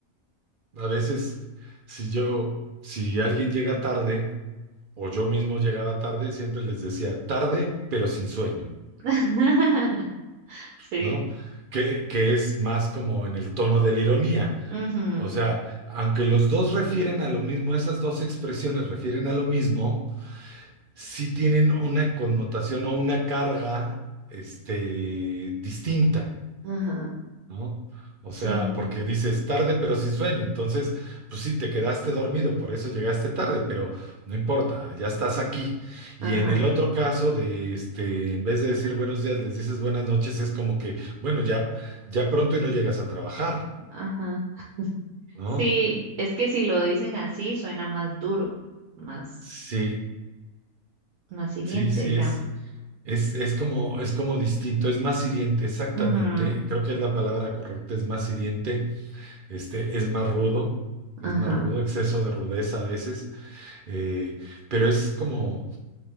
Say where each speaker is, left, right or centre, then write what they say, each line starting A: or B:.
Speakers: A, on the right; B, on the right.
A: a veces si yo, si alguien llega tarde, o yo mismo llegaba tarde, siempre les decía tarde, pero sin sueño,
B: <laughs> Sí.
A: ¿no? Que, que es más como en el tono de la ironía.
B: Ujú.
A: O sea, aunque los dos refieren a lo mismo, esas dos expresiones refieren a lo mismo, sí tienen una connotación o una carga, este, distinta.
B: Ajá.
A: ¿no? O
B: Sí.
A: sea, porque dices tarde pero sin sueño, entonces, pues sí, te quedaste dormido, por eso llegaste tarde, pero no importa, ya estás aquí. Y
B: Ajá.
A: en el otro caso de, este, en vez de decir buenos días, les dices buenas noches, es como que, bueno, ya, ya pronto y no llegas a trabajar,
B: Ajá.
A: ¿no?
B: Sí, es que si lo dicen así suena más duro, más,
A: Sí,
B: más hiriente,
A: sí, sí,
B: digamos.
A: es, es, es como, es como distinto, es más hiriente, exactamente,
B: <laughs> Ujú,
A: creo que es la palabra correcta, es más hiriente, este, es más rudo, es
B: Ajá.
A: más rudo, exceso de rudeza a veces. Eh, pero es como,